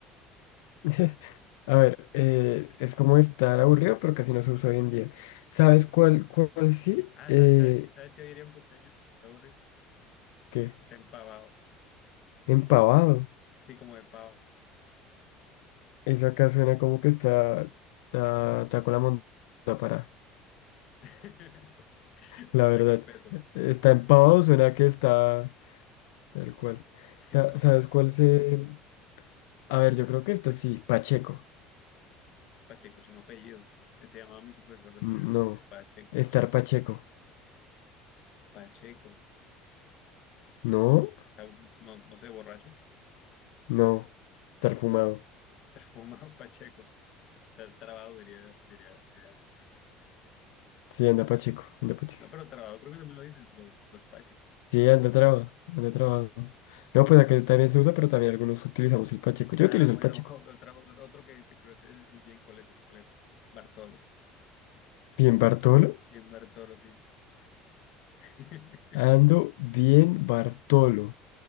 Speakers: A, on the left; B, on the left.
A: <laughs> A ver, eh, es como estar aburrido, pero casi no se usa hoy en día. ¿Sabes
B: ahí.
A: cuál, cuál sí?
B: Ah,
A: Eh,
B: ¿sabes, sabes, qué- sabes qué diría un costeño? Si está aburrido.
A: ¿qué?
B: Está empavado.
A: Empavado.
B: Sí, como de pavo,
A: Eso acá suena como que está, está, está con la monta para,
B: <laughs>
A: la
B: Sacar
A: verdad.
B: peto.
A: Está empavado, suena que está tal cual. Sa-
B: Empavado.
A: ¿Sabes cuál se...? A ver, yo creo que esto sí, Pacheco.
B: Pacheco es un apellido. Se llamaba mi profesor de la
A: Mm,
B: universidad.
A: No.
B: Pacheco.
A: Estar Pacheco.
B: Pacheco.
A: No,
B: O sea, no, no sé, borracho.
A: no. Estar fumado.
B: <laughs> Fumado Pacheco. O sea, trabado, diría, diría, diría Enrique.
A: Sí, anda Pacheco, anda Pacheco.
B: No, pero trabado creo que también lo dicen los, los paisas.
A: Sí, anda traba, anda trabado. No, pues acá también se usa, pero también algunos utilizamos el pacheco.
B: Ah,
A: Yo utilizo
B: bueno,
A: el pacheco.
B: <laughs> otro, otro que, que pero ese es bien coleto, bien coleto. Bartolo.
A: Bien, Bartolo.
B: Bien Bartolo, sí. <laughs>
A: Ando bien, Bartolo.